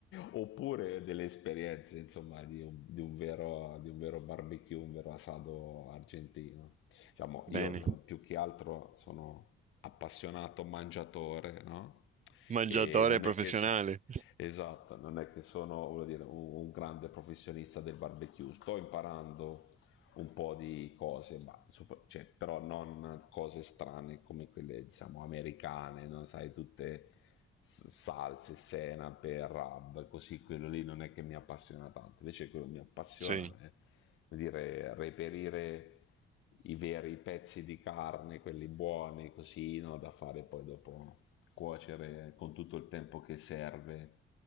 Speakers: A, on the left; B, on the right.
A: oppure delle esperienze insomma di un, di un vero, di un vero barbecue, un vero asado argentino. Diciamo,
B: Bene,
A: io diciamo, più che altro sono appassionato mangiatore, no?
B: mangiatore
A: E non
B: professionale.
A: è che... Esatto, non è che sono voglio dire, un, un, grande professionista del barbecue, sto imparando un po' di cose, ma, super, cioè, però non cose strane come quelle diciamo, americane, no? sai, tutte salse, senape, rub, così quello lì non è che mi appassiona tanto, invece quello che mi appassiona
B: Sì,
A: è eh, dire, reperire i veri pezzi di carne, quelli buoni, così, no, da fare poi dopo cuocere con tutto il tempo che serve